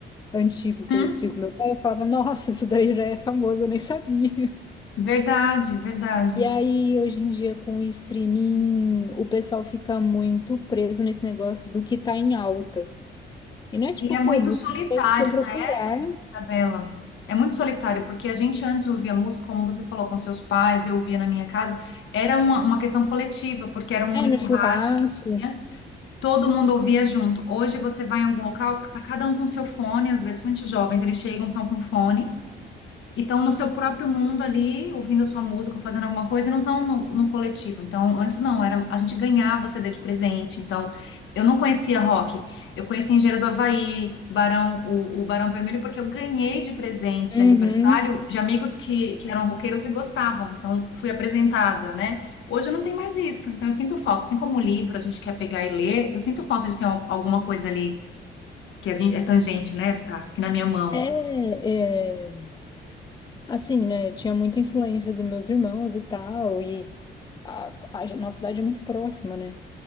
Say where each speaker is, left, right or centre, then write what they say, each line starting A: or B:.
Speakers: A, on the left; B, on the left.
A: antigo que
B: Hum,
A: eu ia assistir com meu pai. Eu falava, nossa, isso daí já é famoso, eu nem sabia.
B: verdade, verdade.
A: E aí, hoje em dia, com o streaming, o pessoal fica muito preso nesse negócio do que tá em alta. E não é tipo,
B: E é
A: pô,
B: muito
A: música
B: solitário,
A: é uma pra você procurar.
B: Isabela. É muito solitário, porque a gente antes ouvia música, como você falou, com seus pais, eu ouvia na minha casa. Era uma, uma questão coletiva, porque era um
A: É,
B: único
A: no churrasco.
B: rádio que tinha, todo mundo ouvia junto. Hoje você vai em algum local, tá cada um com seu fone, às vezes, principalmente os jovens, eles chegam, estão com fone. e estão no seu próprio mundo ali, ouvindo a sua música, ou fazendo alguma coisa, e não estão no, no coletivo. Então, antes não, era a gente ganhava CD de presente. Então, eu não conhecia rock. Eu conheci Engenheiros do Havaí, Barão, o, o Barão Vermelho, porque eu ganhei de presente
A: Uhum.
B: de aniversário de amigos que, que eram roqueiros e gostavam. Então, fui apresentada, né? Hoje eu não tem mais isso. Então, eu sinto falta. Assim como o livro a gente quer pegar e ler, eu sinto falta de ter al- alguma coisa ali que a gente é tangente, né? Tá aqui na minha mão.
A: É, é, assim, né? Tinha muita influência dos meus irmãos e tal. E a, a gen- nossa cidade é muito próxima, né?